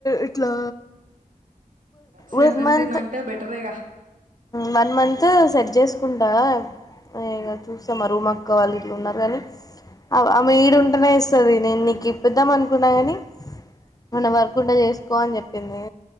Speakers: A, on the left (about 25°); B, on the right (about 65°).
A: ఇట్లా
B: సెవెంటీన్
A: వన్ మంత్
B: అంటే బెటరేగా
A: వన్ మంత్ సెట్ చేసుకుంటా ఇగ చూస్తా మా రూమక్కా వాళ్ళు గిట్ల ఉన్నారు కానీ ఆమె ఏడు అనేస్తది నేను నీకు ఇప్పిద్దాం అనుకున్నా గాని ఏమన్న వర్కుంటే చేసుకో అని చెప్పింది